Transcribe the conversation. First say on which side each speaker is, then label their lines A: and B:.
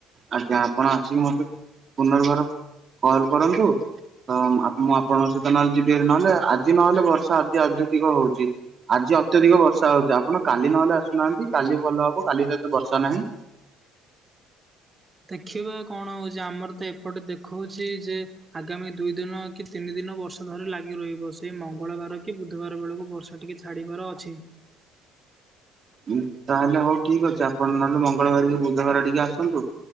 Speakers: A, on the right (about 40°); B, on the right (about 25°).
A: ଆଜ୍ଞା ଆପଣ ଆସିକି ମତେ ପୁନର୍ବାର କଲ୍ କରନ୍ତୁ। ତ ମ୍ ଆ ମୁଁ ଆପଣଙ୍କ ସହିତ ନହେଲେ ଯିବି ହାରି ନହେଲେ ଆଜି ନହେଲେ ବର୍ଷା ଅତି ଅତ୍ୟଧିକ ହୋଉଚି। ଆଜି ଅତ୍ୟଧିକ ବର୍ଷା ହୋଉଚି ଆପଣ କାଲି ନହେଲେ ଆସୁନାହାନ୍ତି କାଲି ଭଲ ହବ କାଲି ତ ଏତେ ବର୍ଷା ନାହିଁ।
B: ଦେଖିବା କଣ ହୋଉଚି ଆମର ତ ଏପଟେ ଦେଖୋଉଛି ଯେ ଆଗାମୀ ଦୁଇ ଦିନ କି ତିନି ଦିନ ବର୍ଷା ଧରି ଲାଗି ରହିବ ସେଇ ମଙ୍ଗଳବାର କି ବୁଧବାର ବେଳକୁ ବର୍ଷା ଟିକେ ଛା ଛାଡ଼ିବାର ଅଛି।
A: ଉଁ ତାହେଲେ ହଉ ଠିକ୍ ଅଛି ଆପଣ ନହେଲେ ମଙ୍ଗଳବାର କି ବୁଧବାର ଟିକେ ଆସନ୍ତୁ।